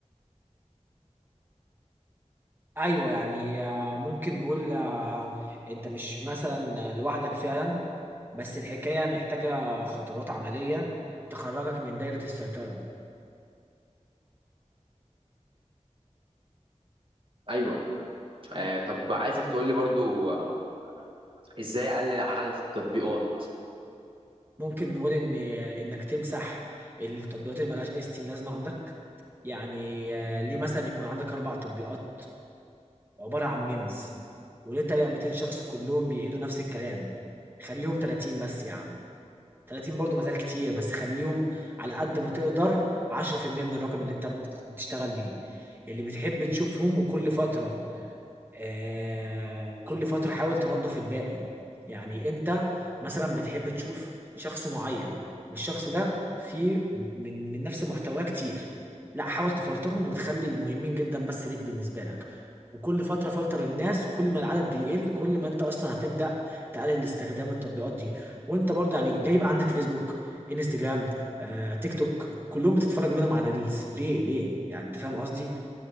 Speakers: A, on the right; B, on the right.
A: أيوة يعني آه، ممكن نقول آه، أنت مش مثلا لوحدك فعلا بس الحكاية محتاجة خطوات عملية تخرجك من دايرة السيطرة
B: أيوه آه، طب عايزك تقول لي برضو آه، إزاي أقلل عدد التطبيقات
A: ممكن نقول ان انك تمسح التطبيقات اللي ملهاش اي ستين لازمه عندك يعني آه، ليه مثلا يكون عندك اربع تطبيقات عباره عن ميمز وليه تابع 200 شخص كلهم بيعيدوا نفس الكلام خليهم 30 بس يا عم 30 برضو مازال كتير بس خليهم على قد ما تقدر 10% من الرقم اللي انت بت- بتشتغل بيه اللي بتحب تشوفهم وكل فتره آه كل فترة حاول تنظف الباقي يعني انت مثلا بتحب تشوف شخص معين والشخص ده فيه من من نفس محتواه كتير لا حاول تفلترهم وتخلي المهمين جدا بس ليك بالنسبة لك وكل فترة فلتر الناس كل ما العدد بيقل كل ما انت اصلا هتبدأ تقلل استخدام التطبيقات دي وانت برضه يعني ليه يبقى عندك فيسبوك انستجرام آه، تيك توك كلهم بتتفرج منهم على ريلز ليه ليه يعني انت فاهم قصدي